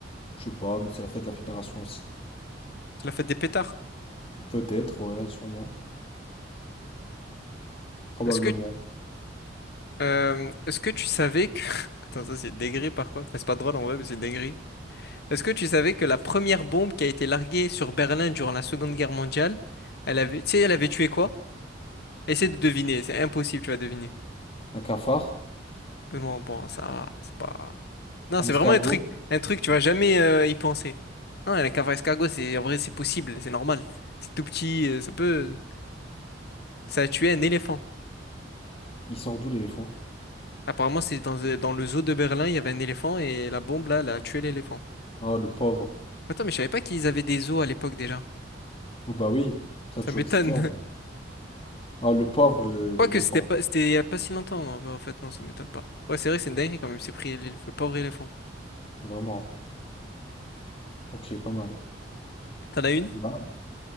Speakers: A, on the left; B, on the left.
A: je sais pas, mais c'est la fête de la fédération aussi.
B: C'est la fête des pétards.
A: Peut-être, ouais, sûrement. Probablement.
B: Est-ce que, euh, est-ce que tu savais que... <laughs> Attends, ça c'est dégré par contre. Enfin, c'est pas drôle en vrai, mais c'est dégré. Est-ce que tu savais que la première bombe qui a été larguée sur Berlin durant la Seconde Guerre mondiale, elle avait, tu sais, elle avait tué quoi? Essaie de deviner, c'est impossible, tu vas deviner.
A: Un cafard?
B: Mais Bon, bon, ça, va, c'est pas. Non, c'est
A: Un escargot?
B: vraiment un truc, un truc, tu vas jamais euh, y penser. Non, la cavale escargot, c'est en vrai, c'est possible, c'est normal. C'est tout petit, euh, ça peut, ça a tué un éléphant.
A: Il sort d'où l'éléphant?
B: Apparemment, c'est dans, euh, dans le zoo de Berlin, il y avait un éléphant et la bombe là, elle a tué l'éléphant.
A: Ah, le pauvre.
B: Attends, mais je savais pas qu'ils avaient des zoos à l'époque déjà.
A: Oh bah oui, ça
B: Ça
A: a toujours
B: m'étonne.
A: existé en vrai. Ah, le pauvre, le-
B: Quoique,
A: l'éléphant.
B: c'était pas, c'était il y a pas si longtemps, en en fait, non, ça m'étonne pas. Ouais, c'est vrai, c'est une dinguerie quand même, c'est pris le pauvre éléphant.
A: Vraiment. Ok, pas mal.
B: T'en as une?
A: Bah,